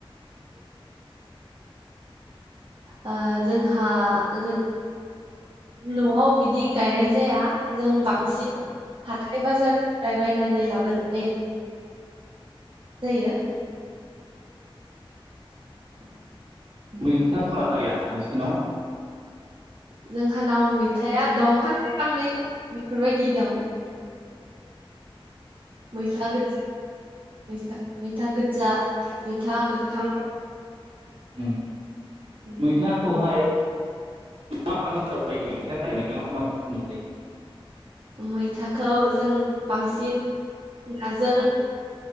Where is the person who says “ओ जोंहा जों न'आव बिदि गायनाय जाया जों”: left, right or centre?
Right